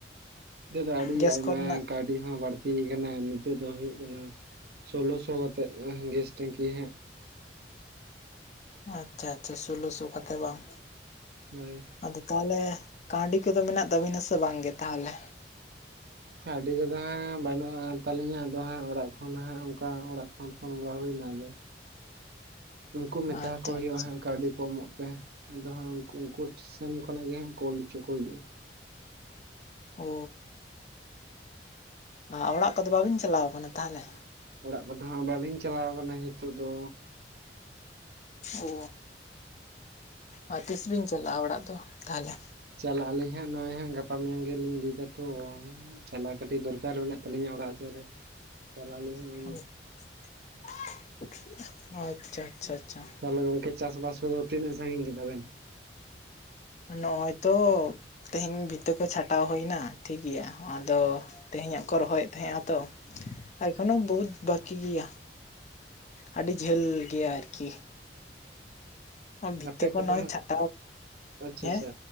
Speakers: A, on the right; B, on the left.
A: ᱱᱤᱛᱚᱜ ᱫᱚ ᱟᱹᱰᱤ
B: ᱜᱮᱥ
A: ᱟᱭᱢᱟ
B: ᱠᱚᱨᱮᱱᱟᱜ
A: ᱠᱟᱹᱣᱰᱤ ᱦᱚᱸ ᱵᱟᱹᱲᱛᱤ ᱛᱤᱭ ᱠᱟᱱᱟ ᱱᱤᱛᱳᱜ ᱫᱚ ᱦᱩᱭᱩᱜ ᱠᱟᱱᱟ ᱥᱳᱞᱞᱳ ᱥᱳ ᱠᱟᱛᱮᱜ ᱮᱦ ᱜᱮᱥ ᱴᱮᱝᱠᱤ ᱦᱟᱸᱜ᱾
B: ᱟᱪᱪᱷᱟ ᱟᱪᱪᱷᱟ ᱥᱳᱞᱞᱳ ᱥᱳ ᱠᱟᱛᱮ ᱵᱟᱝ?
A: ᱦᱳᱭ,
B: ᱟᱫᱚ ᱛᱟᱣᱞᱮ ᱠᱟᱹᱣᱰᱤ ᱠᱚᱫᱚ ᱢᱮᱱᱟᱜ ᱛᱟᱵᱤᱱᱟ ᱥᱮ ᱵᱟᱝ ᱜᱮ ᱛᱟᱦᱚᱞᱮ?
A: ᱚᱱᱠᱟ ᱟᱤᱰᱤ ᱠᱚᱫᱚ ᱦᱟᱸᱜ ᱵᱟᱹᱱᱩᱜᱼᱟᱱ ᱛᱟᱹᱟᱞᱤᱧᱟ᱾ ᱟᱫᱚ ᱦᱟᱸᱜ ᱚᱲᱟᱜ ᱠᱷᱚᱱ ᱦᱟᱸᱜ ᱚᱱᱠᱟ ᱚᱲᱟᱜ ᱠᱷᱚᱱ ᱯᱷᱳᱱ ᱵᱟᱲᱟ ᱦᱩᱭᱱᱟ ᱟᱫᱚ᱾ ᱩᱱᱠᱩ
B: ᱟᱪᱪᱷᱟ
A: ᱢᱮᱛᱟ ᱠᱚ ᱦᱩᱭᱩᱜᱼᱟ
B: ᱟᱪᱪᱷᱟ
A: ᱦᱟᱸᱜ ᱠᱟᱹᱣᱰᱤ ᱠᱚ ᱮᱢᱚᱜ ᱯᱮ᱾ ᱟᱫᱚ ᱦᱟᱸᱜ ᱩᱱ ᱩᱱᱠᱩ ᱥᱮᱱ ᱠᱷᱚᱱᱟᱜ ᱜᱮ ᱦᱟᱸᱜ ᱠᱚᱞ ᱚᱪᱚ ᱠᱚ ᱦᱩᱭᱩᱜᱼᱟ
B: ᱚᱻ ᱟ ᱚᱲᱟᱜ ᱠᱚᱫᱚ ᱵᱟᱵᱤᱱ ᱪᱟᱞᱟᱣ ᱠᱟᱱᱟ ᱛᱟᱦᱚᱞᱮ᱾
A: ᱚᱲᱟᱜ ᱠᱚᱫᱚ ᱦᱟᱸᱜ ᱵᱟᱹᱞᱤᱧ ᱪᱟᱞᱟᱣ ᱠᱟᱱᱟ ᱱᱤᱛᱚᱜ ᱫᱚ᱾
B: ᱚᱻ, ᱟᱨ ᱛᱤᱥ ᱵᱤᱱ ᱪᱟᱞᱟᱜᱼᱟ ᱚᱲᱟᱜ ᱫᱚ ᱛᱟᱦᱞᱮ?
A: ᱪᱟᱞᱟᱜ ᱟᱹᱞᱤᱧ ᱦᱟᱸᱜ ᱱᱚᱜᱼᱚᱭ ᱦᱟᱸᱜ ᱜᱟᱯᱟ ᱢᱮᱭᱟᱝ ᱜᱮᱞᱤᱧ ᱞᱟᱹᱭ ᱫᱟ ᱛᱚ᱾ ᱪᱟᱞᱟ ᱠᱟᱹᱴᱤᱡ ᱫᱚᱨᱠᱟᱨ ᱢᱮᱱᱟᱜ ᱛᱟᱞᱤᱧᱟ ᱚᱲᱟᱜ ᱥᱮᱜ ᱨᱮ ᱪᱟᱞᱟᱜ ᱟᱹᱞᱤᱧ ᱦᱚᱸ᱾
B: <unintelligible> ᱟᱪᱪᱷᱟ ᱟᱪᱪᱷᱟ ᱟᱪᱪᱷᱟ
A: ᱛᱟᱦᱚᱞᱮ ᱜᱚᱢᱠᱮ ᱪᱟᱥᱵᱟᱥ ᱠᱚᱫᱚ ᱛᱤᱱᱟᱹᱜ ᱥᱟᱺᱜᱤᱧ ᱜᱮᱫᱟᱵᱮᱱ?
B: ᱱᱚᱜᱚᱭ ᱛᱚ ᱛᱮᱦᱮᱧ ᱵᱷᱤᱛᱟᱹ ᱠᱚ ᱪᱷᱟᱴᱟᱣ ᱦᱩᱭ ᱮᱱᱟ ᱴᱷᱤᱠ ᱜᱮᱭᱟ ᱴᱷᱤᱠ ᱜᱮᱭᱟ᱾ ᱟᱫᱚ ᱛᱮᱦᱮᱧᱟᱜ ᱠᱚ ᱨᱚᱦᱚᱭᱮᱫ ᱛᱟᱦᱮᱸᱼᱟ ᱛᱚ, ᱮᱠᱷᱚᱱᱚ ᱵᱚᱦᱩᱛ ᱵᱟᱠᱤ ᱜᱮᱭᱟ᱾ ᱟᱹᱰᱤ ᱡᱷᱟᱹᱞ ᱜᱮᱭᱟ ᱟᱨᱠᱤ ᱵᱷᱤᱛᱟᱹ
A: ᱟᱯᱮ
B: ᱠᱚ
A: ᱠᱚᱫᱚ
B: ᱱᱚᱜ-ᱚᱭ
A: ᱦᱟᱸᱜ
B: ᱪᱷᱟᱴᱟᱣ
A: ᱟᱪᱪᱷᱟ
B: ᱦᱮᱸ
A: ᱪᱷᱟ,